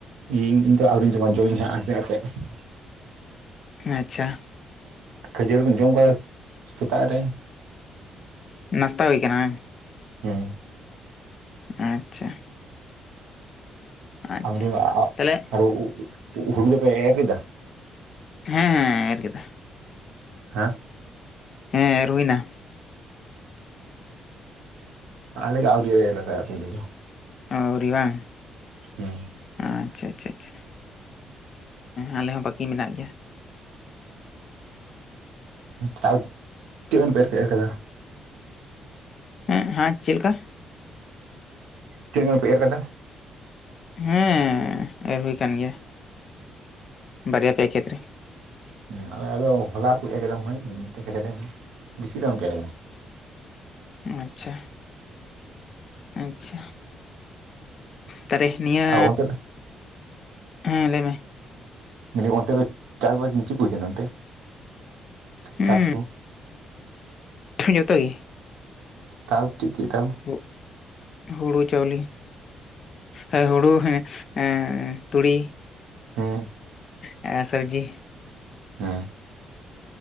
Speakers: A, on the right; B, on the left.
A: ᱤᱧ ᱤᱧ ᱫᱚ ᱟᱨᱤᱧ ᱡᱚᱢᱟ ᱡᱚᱢ ᱤᱧ ᱦᱟᱸᱜ ᱟᱨ ᱠᱟᱹᱡ ᱠᱟᱛᱮᱜ᱾
B: ᱟᱪᱪᱷᱟ
A: ᱠᱷᱟᱹᱡᱟᱹᱲᱤ ᱵᱤᱧ ᱡᱚᱢ ᱠᱟᱫᱟ ᱥᱮᱛᱟᱜ ᱨᱮ᱾
B: ᱱᱟᱥᱛᱟ ᱦᱩᱭ ᱠᱟᱱᱟ᱾
A: ᱦᱩᱸ
B: ᱟᱪᱪᱷᱟ ᱟᱪᱪᱷᱟ
A: ᱟᱢ ᱟ-ᱟ-
B: ᱛᱟᱦᱚᱞᱮ
A: ᱦᱩ-ᱦᱩᱲᱩ ᱫᱚᱯᱮ ᱮᱨ ᱠᱮᱫᱟ?
B: ᱦᱮᱸ ᱦᱮᱸ ᱮᱨ ᱠᱮᱫᱟ᱾
A: ᱦᱮᱸ
B: ᱦᱮᱸ ᱨᱮ ᱦᱩᱭᱱᱟ᱾
A: ᱟᱞᱮ ᱜᱮ ᱟᱹᱣᱨᱤᱭᱟᱜᱼᱟ <unintelligible>
B: ᱟᱹᱣᱨᱤ ᱵᱟᱝ᱾
A: ᱦᱩᱸ
B: ᱟᱪᱪᱷᱟ ᱟᱪᱪᱷᱟ ᱪᱷᱟ ᱟᱞᱮ ᱦᱚᱸ ᱵᱟᱹᱠᱤ ᱢᱮᱱᱟᱜ ᱜᱮᱭᱟ᱾
A: ᱛᱟᱣ ᱛᱤᱱᱟᱹᱜ ᱜᱟᱱ ᱨᱮ ᱯᱮ ᱮᱨ ᱟᱠᱟᱫᱟ?
B: ᱦᱮᱸ ᱦᱟᱸ ᱪᱮᱜ ᱞᱮᱠᱟ?
A: ᱛᱤᱱᱟᱹᱜ ᱜᱟᱱ ᱯᱮ ᱨᱮ ᱠᱟᱫᱟ?
B: ᱦᱮᱸ ᱮᱨ ᱦᱩᱭ ᱠᱟᱱ ᱜᱮᱭᱟ᱾ ᱵᱟᱨᱭᱟ ᱯᱮᱭᱟ ᱠᱷᱮᱛ ᱨᱮ᱾
A: ᱦᱮᱸ ᱟᱞᱮ ᱟᱫᱚ ᱦᱚᱞᱟ ᱠᱚ ᱮᱨ ᱠᱮᱫᱟ ᱢᱚᱱᱮᱦᱚᱭ ᱢᱤᱫᱴᱮᱱ ᱠᱷᱮᱛᱨᱮ ᱵᱤᱥᱤ ᱫᱚ ᱵᱟᱝ ᱠᱚ ᱮᱨ ᱠᱮᱫᱟ᱾
B: ᱟᱪᱪᱷᱟ ᱟᱪᱪᱷᱟ ᱛᱟᱨᱮ ᱱᱤᱭᱟᱹ
A: ᱟᱨ ᱚᱱᱛᱮ
B: ᱦᱮᱸ ᱞᱟᱹᱭ ᱢᱮ
A: ᱢᱮᱱᱫᱟᱹᱧ ᱚᱱᱛᱮ ᱨᱮ ᱪᱟᱥ ᱵᱟᱥ ᱪᱮᱷ ᱠᱚ ᱦᱩᱭ ᱠᱟᱱᱟ ᱚᱱᱛᱮ
B: ᱦᱩᱸ
A: ᱪᱟᱥ ᱠᱚ?
B: ᱡᱚᱛᱚ ᱜᱮ᱾
A: ᱛᱟᱣ ᱪᱮᱜ ᱪᱮᱜ ᱛᱟᱣ?
B: ᱦᱩᱜ ᱦᱩᱲᱩ ᱪᱟᱣᱞᱤ᱾ ᱦᱮᱸ ᱦᱩᱲᱩ ᱦᱮᱸ ᱮᱸ ᱛᱩᱲᱤ᱾
A: ᱦᱮᱸ
B: ᱮᱸ ᱥᱚᱵᱡᱤ
A: ᱦᱮᱸ